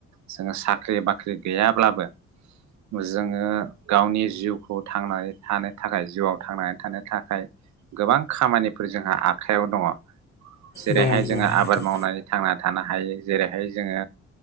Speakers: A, on the right; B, on the left.
A: जोङो साख्रि बाख्रि गैयाब्लाबो जोङो गावनि जिउखौ थांनानै थानो थाखाय जिउआव थांनानै थानो थाखाय गोबां खामानिफोर जोंहा आख आखायाव दङ। जेरैहाय
B: दङ दङ
A: जोङो
B: नोंथां
A: आबाद मावनानै थांना थानो हायो जेरैहाय जोङो